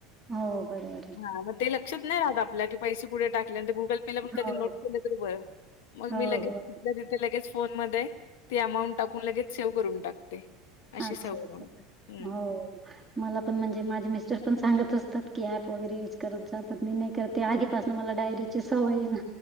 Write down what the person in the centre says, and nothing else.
हो बरबर आहे.
हो,
हो,
हो.
अच्छा-
अच्छा
हो. मला पण म्हणजे माझे मिस्टर पण सांगत असतात, की ऍप वगैरे युज करत जा पण मी नाही करत. ते आधीपासनं मला डायरीची सवय ये ना,